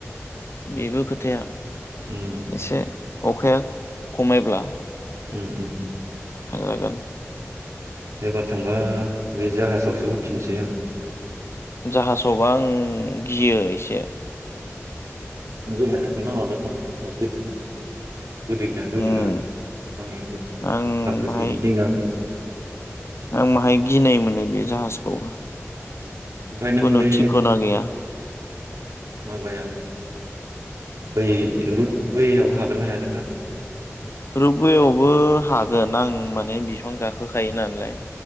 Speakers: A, on the left (about 60°); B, on the right (about 85°).
A: बेबो खोथाया।
B: उम
A: एसे अखाया। खमायब्ला।
B: उम उम।
A: थांजागोन।
B: एबार थांबा बे जाहाजावसो उथिनसै आं।
A: जाहाजावबा आं गियो एसे
B: गोजाननिफ्राय नाहरबाय थाबानो जाबाय गोदोननिफ्राय गोदोयो ना गोदोआ
A: उम
B: थांनायसै
A: आं
B: फाखोसे
A: बाहाय
B: गिदिंना फैनोसै
A: आं माहाय गिनाय मोनो बे जाहाजखौबो!
B: ओमफाय नों
A: खुनु
B: बे
A: थिखना गैया
B: माबायाव बै रुट बैयाव हागोन ना हाया नो गाखोनो।
A: रपवेयावबो हागोन आं माने बिफां गाखोखायो नालाय